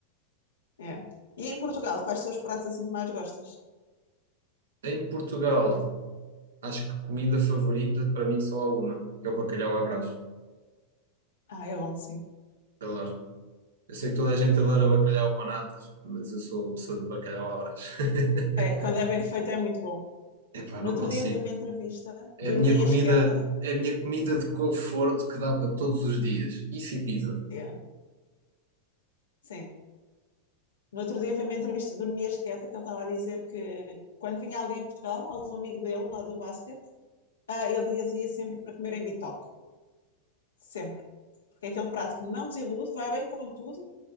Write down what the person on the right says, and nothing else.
Em Portugal, acho que comida favorita para mim só há uma, que é o bacalhau à Brás.
Adoro. Eu sei que toda a gente adora bacalhau com natas, mas eu sou pessoa de bacalhau à Brás. <laughs>
Epá,
não
consigo.
É
a minha
comida,
é a minha comida de conforto que dá para todos os dias. Isso e pizza.